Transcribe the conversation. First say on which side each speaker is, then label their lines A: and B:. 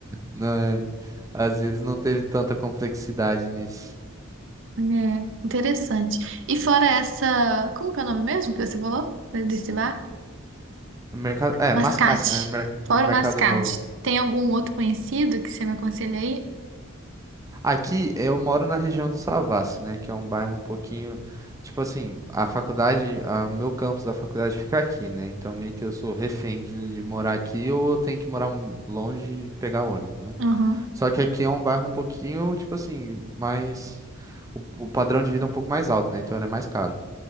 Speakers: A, on the right; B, on the right.
A: né? Às vezes não teve tanta complexidade nisso.
B: É, interessante. E fora essa. Como que é o nome mesmo que você falou? Desse bar?
A: Mercado, é,
B: Mascate.
A: mascate, né, mer-
B: Fora
A: no mercado
B: o mascate.
A: novo.
B: Tem algum outro conhecido que você me aconselha aí?
A: Aqui eu moro na região do Savassi, né? Que é um bairro um pouquinho. Tipo assim, a faculdade, a- o meu campus da faculdade fica aqui, né? Então meio que eu sou refém de, de morar aqui ou eu tenho que morar m- longe e pegar ônibus, né?
B: Uhum.
A: Só que aqui é um bairro um pouquinho, tipo assim, mais. O, o padrão de vida é um pouco mais alto, né? Então ele é mais caro.